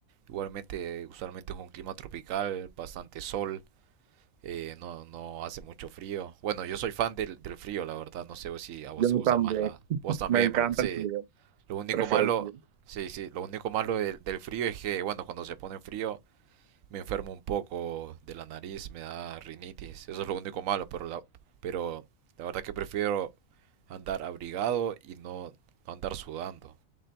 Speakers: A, on the right (about 80°); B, on the right (about 55°).
A: igualmente usualmente es un clima tropical, bastante sol eh, no, no hace mucho frío. Bueno, yo soy fan del, del frío, la verdad. No sé si a vos
B: yo
A: te gusta
B: también,
A: más la... Vos también,
B: me encanta
A: ¿verdad? Sí.
B: el frío,
A: Lo único
B: prefiero
A: malo,
B: el frío.
A: sí, sí, lo único malo del, del frío es que, bueno, cuando se pone frío me enfermo un poco de la nariz, me da rinitis. Eso es lo único malo, pero la, pero la verdad que prefiero andar abrigado y no, no andar sudando.